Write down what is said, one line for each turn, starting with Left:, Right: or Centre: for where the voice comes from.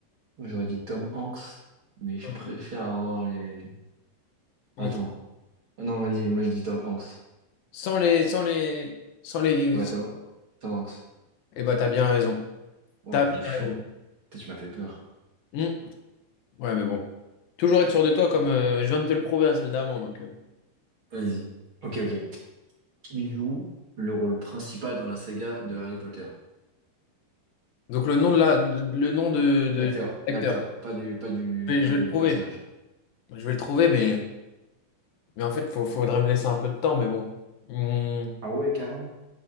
Right: J'aurais dit Tom Hanks, mais je
Left: Ok.
Right: préfère avoir les.
Left: Ok.
Right: Attends. Ah Non, vas-y, moi je dis Tom Hanks.
Left: Sans les, sans les, sans les.
Right: Ouais, Tom, Tom Hanks.
Left: Eh bah, t'as bien raison.
Right: Ouais,
Left: T'as
Right: j'ai
Left: bien
Right: eu chaud.
Left: raison.
Right: Putain, tu m'as fait peur.
Left: Hmm. Ouais, mais bon. Toujours être sûr de toi, comme euh, je viens de te le prouver à celle d'avant, donc. euh.
Right: Vas-y. Ok, ok. Qui joue le rôle principal dans la saga de Harry Potter?
Left: Donc le nom de la, de- le nom de, de-
Right: L'acteur,
Left: de
Right: l'acteur,
Left: l'acteur.
Right: pas du, pas du,
Left: Je vais,
Right: pas
Left: je vais
Right: du
Left: le trouver.
Right: personnage.
Left: Je vais le trouver, mais, mais en fait, faut, faudrait me laisser un peu de temps, mais bon. Hum,
Right: Ah ouais, carrément.